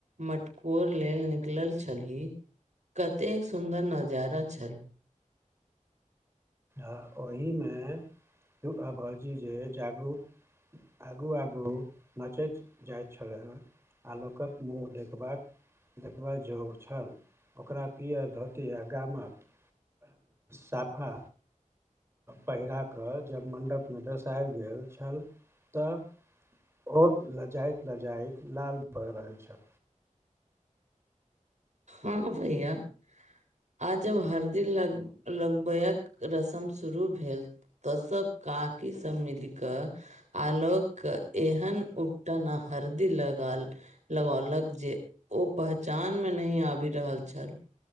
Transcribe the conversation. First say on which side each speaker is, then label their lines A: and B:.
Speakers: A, on the right; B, on the right.
A: मटकोर लेल निकलल छलीही? कतेक सुन्दर नजारा छल,
B: आ ओहि मे तू आ भौजी जे जागरूक, आगू आगू नचैत जाइत छलय हेँ? आलोक क मुँह देखबाक, देखबै जोग छल ओकरा पीअर धोती आ गाम क, साफा, पहिरा कऽ जब मण्डप मे बैसायल गेल छल तऽ और लजैत लजैत लाल भए रहल छल,
A: हँ भैया, आ जब हरदी लग लगबय क रस्म शुरू भेल, तऽ सब काकी सब मीलक कऽ आलोक के एहन उबटन अ हरदी लगाल, लगौलक जे ओ पहचान मे नहि आबि रहल छल,